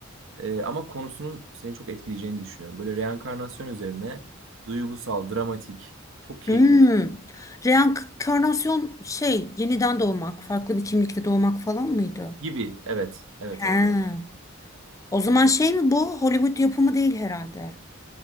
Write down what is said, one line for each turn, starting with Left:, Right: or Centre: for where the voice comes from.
Right: E, ama konusunun seni çok etkileyeceğini düşünüyorum. Böyle reenkarnasyon üzerine duygusal, dramatik, çok keyifli
Left: Hmm.
Right: bir
Left: Reenkarnasyon şey yeniden doğmak, farklı bir kimlikte doğmak falan mıydı?
Right: Gibi. Evet. Evet
Left: He.
Right: abla.
Left: O zaman
Right: Evet.
Left: şey mi bu? Hollywood yapımı değil herhalde.